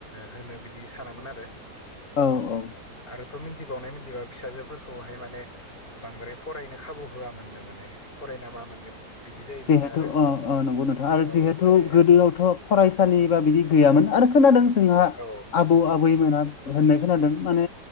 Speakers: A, on the left; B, on the left.
A: होनो बिदि सानामोन आरो
B: औ औ
A: आरो थ' मिन्थिबावनाय मिन्थिबा फिसाजोफोरखौहाय माने बांद्राय फरायनो खाबु होआमोननो माने फरायना मा मोनगोन बिदि जायोमोननो
B: जेहेथु
A: आरो
B: अ नंगौ नोंथ' आरो
A: औ
B: जिहेथु
A: माने
B: गोदोआवथ' फरायसालि बा बिदि गैयामोन आरो खोनादों जोंहा
A: औ
B: ब आबैमोना होननाय खोनादों मान